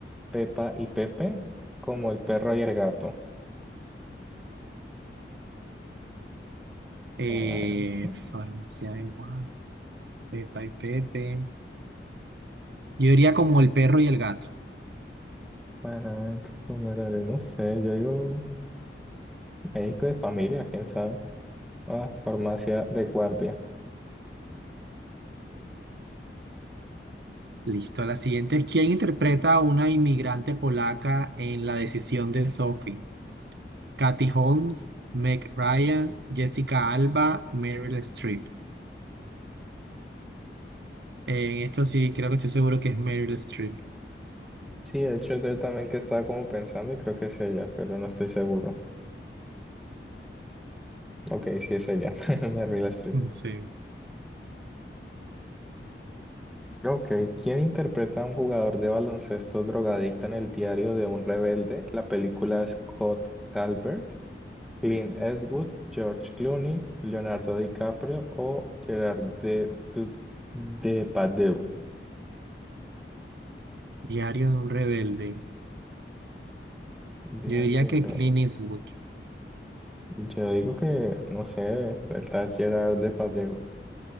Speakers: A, in the centre; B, on the right.
A: Pepa y Pepe, como el perro y el gato.
B: Eh,
A: Para adentro,
B: farmacia de Guadalupe, Pepa y Pepe. Yo iría como el perro y el gato.
A: para adentro, Romerales, no sé, yo digo médico de familia, quién sabe. Ah, farmacia de guardia.
B: Listo, la siguiente es ¿quién interpreta a una inmigrante polaca en La decisión de Sophie? Katy Holmes, Meg Ryan, Jessica Alba, Meryl Streep. Eh, en esto sí, creo que estoy seguro que es Meryl Streep.
A: Sí, de hecho yo también que estaba como pensando y creo que es ella, pero no estoy seguro. Ok, sí es ella, <laughs> Meryl Streep.
B: Mm, Sí.
A: Ok, ¿quién interpreta a un jugador de baloncesto drogadicto en el diario de un rebelde? La película Scott Calvert, Clint Eastwood, George Clooney, Leonardo DiCaprio o Gerard de, de, Depardieu.
B: Diario de un rebelde.
A: Diario
B: Yo diría
A: de un
B: que
A: rebelde.
B: Clint Eastwood,
A: Yo digo que, no sé, el tal Gerard Depardieu.